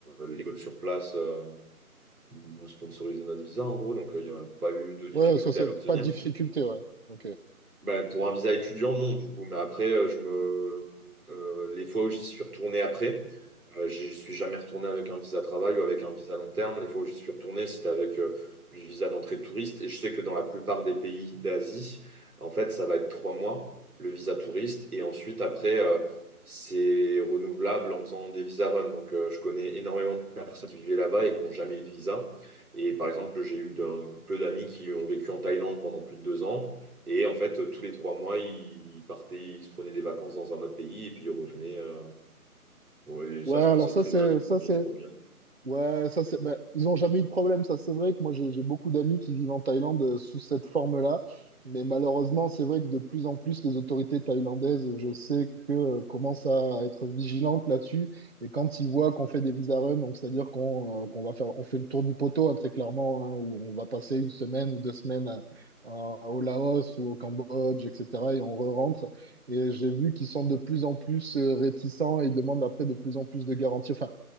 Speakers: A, on the right (about 75°); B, on the right (about 45°).
A: l'école sur place euh, qui nous sponsorisait notre visa, en gros, donc euh, il n'y avait pas eu de difficulté
B: Ouais, ça, c'est
A: à l'obtenir.
B: pas de difficulté, ouais. Ok.
A: Ben, pour un visa étudiant, non, du coup. Mais après, euh, je me... euh, les fois où j'y suis retourné après, euh, j'y suis jamais retourné avec un visa travail ou avec un visa long terme. Les fois où j'y suis retourné, c'était avec euh, le visa d'entrée de touriste. Et je sais que dans la plupart des pays d'Asie, en fait, ça va être trois mois, le visa touriste. Et ensuite, après, euh, c'est renouvelable en faisant des visas run. Donc, euh, je connais énormément de personnes qui vivaient là-bas et qui n'ont jamais eu de visa. Et par exemple, j'ai eu d'un couple d'amis qui ont vécu en Thaïlande pendant plus de deux ans. Et en fait, tous les trois mois, ils partaient, ils se prenaient des vacances dans un autre pays et puis ils revenaient. euh, ouais, et ça
B: Ouais,
A: se
B: alors
A: passait
B: ça,
A: très
B: c'est
A: bien, ils se
B: ça,
A: disaient,
B: c'est
A: trop bien.
B: Ouais, ça c'est, bah, ils n'ont jamais eu de problème, ça c'est vrai que moi j'ai j'ai beaucoup d'amis qui vivent en Thaïlande euh, sous cette forme-là, mais malheureusement c'est vrai que de plus en plus les autorités thaïlandaises, je sais que euh, commencent à être vigilantes là-dessus, et quand ils voient qu'on fait des visa run, donc c'est-à-dire qu'on euh, qu'on va faire, on fait le tour du poteau hein, très clairement, hein, où on va passer une semaine ou deux semaines à- à- au Laos ou au Cambodge, etc., et on re-rentre, et j'ai vu qu'ils sont de plus en plus euh, réticents et ils demandent après de plus en plus de garanties. Enfin,